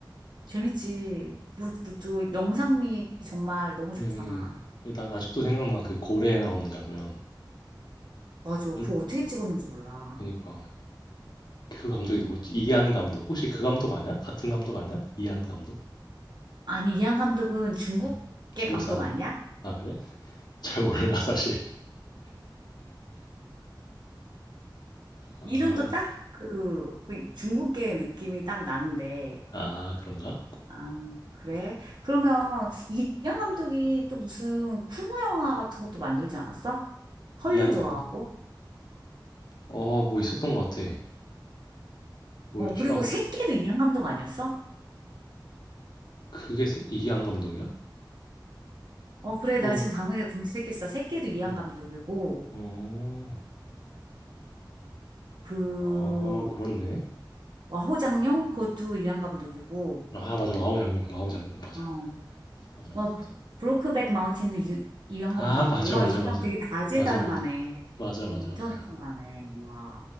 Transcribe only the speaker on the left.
그래.
난 아직도 생각나. 그 고래에 나오는 장면.
뭔-
그니까. 그 감독이 누구지? 이한 감독. 혹시 그 감독 아니야? 같은 감독 아니야? 이한 감독?
어. 중국
사람이야?
아, 그래? <laughs> 잘 몰라, 사실. 아,
아, 그런가?
이한 감독? 어, 뭐 있었던 것 같아. 뭐였지?
아,
그게 세- 이한 감독이야?
그건,
어.
어.
아 그렇네.
아 맞아. 와우장룡, 마우장룡 맞아.
맞아,
맞아.
아
맞아,
맞아,
맞아.
맞아, 맞아. 맞아, 맞아,
맞아.